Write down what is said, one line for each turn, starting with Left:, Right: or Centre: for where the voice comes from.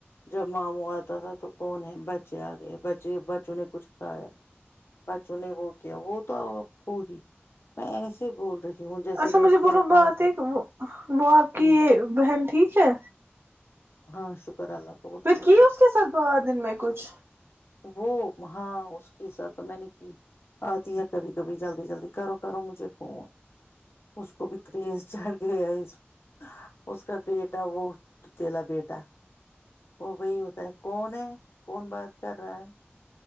Left: جب ماموں آتا تھا تو کون ہے ب بچے آ گئے بچے بچوں نے کچھ کھایا بچوں نے وہ کیا وہ تو ہو ہی میں ایسے ہی بول رہی ہوں جیسے
Right: اچھا
Left: لڑکیاں
Right: مجھے بولو بات
Left: کاؤنٹ ہوتی
Right: ایک وہ آپ کی
Left: ہیں۔
Right: یہ بہن ٹھیک ہے
Left: ہاں شکر اللہ کا وہ
Right: پھر
Left: ٹھیک
Right: کی
Left: ہے
Right: اس کے ساتھ باد میں کچھ
Left: وہ ہاں اس کے ساتھ تو میں نے کی آتی ہے کبھی کبھی جلدی جلدی کرو کرو مجھے فون اس کو بھی کرریز چڑ گیا اس اس کا بیٹا وہ اکلا بیٹا وہ وہی ہوتا ہے کون ہے کون بات کر رہا ہے